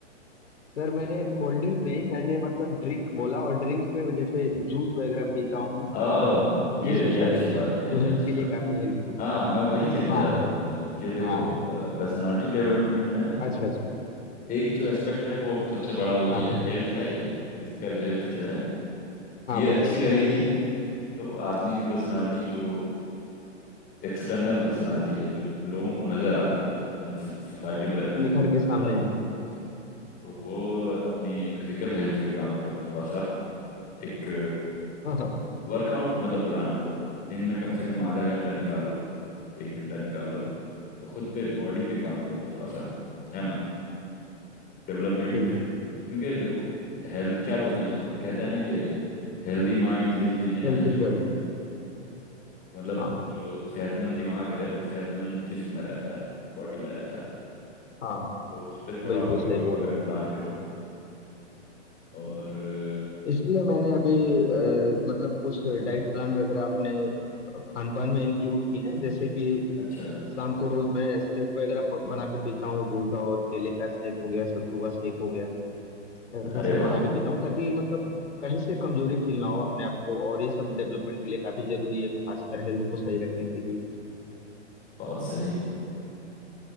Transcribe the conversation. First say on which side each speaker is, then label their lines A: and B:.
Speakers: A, on the left (about 75°); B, on the left (about 25°).
A: सर मैंने कोल्ड ड्रिंक नहीं मैंने मतलब ड्रिंक बोला और ड्रिंक में मैं जैसे जूस वगैरह पीता हूँ
B: आ,
A: आ,
B: ये
A: ये सब
B: ये
A: सारी
B: अच्छी
A: चीजें
B: बात है
A: जो
B: ये
A: हेल्थ
B: अच्छी
A: के
B: बात
A: लिए काफी
B: है
A: हेल्पफुल है
B: हाँ मैं वही कहने
A: हाँ
B: जा रहा
A: हाँ
B: था तुम्हें कि देखो
A: हाँ
B: पर्सनालिटी डेवलपमेंट है ना
A: अच्छा अच्छा अच्छा
B: एक जो एस्पेक्ट है वो सबसे बड़ा वही
A: हाँ
B: है
A: हाँ
B: हेल्थ का ही है फिजिकल हेल्थ जो है
A: हाँ
B: ये
A: बिल्कुल
B: अच्छी रहेगी तो आदमी की पर्सनालिटी जो एक्सटर्नल पर्सनालिटी है जो लोगों को नजर आती है हम सोसाइटी में रहते
A: निखर
B: हैं लोगों को
A: के सामने
B: नजर आती
A: आएगी
B: है तो वो अपनी फिजिकल हेल्थ पे काम करो थोड़ा सा एक
A: हाँ हाँ
B: वर्कआउट मतलब प्लान करो दिन में कम से कम आधा घंटा निकालो एक घंटा निकालो और खुद पे बॉडी पे काम करो थोड़ा सा है ना डेवलपमेंट
A: बिल्कुल
B: क्योंकि देखो हेल्थ क्या बोलते हैं उसको कहते हैं ना कि healthy mind lives in healthy
A: Health is
B: body
A: wealth
B: मतलब
A: हाँ
B: जो सेहतमंद दिमाग है वो सेहतमंद जिस्म में रहता है बॉडी में रहता है
A: हाँ
B: तो उस पर थोड़ा
A: बिल्कुल
B: वर्कआउट
A: सही बोल
B: वगैरह
A: रहा हूँ
B: प्लान करो और
A: हाँ
B: अ,
A: इसलिए मैंने अभी अ, मतलब कुछ डाइट प्लान वगैरह अपने खान पान में इंक्लूड किए हैं जैसे कि
B: अच्छा
A: शाम को रोज मैं शेक वगैरह प- बना के पीता हूँ दूध और केले का शेक हो गया सत्तू का शेक हो गया ऐसा
B: अरे
A: सब बना
B: वाह
A: के पीता हूँ ताकि मतलब कहीं से कमजोरी फील ना हो अपने आप को और ये सब डेवलपमेंट के लिए काफी जरूरी है खासकर हेल्थ को सही रखने के लिए
B: बहुत सही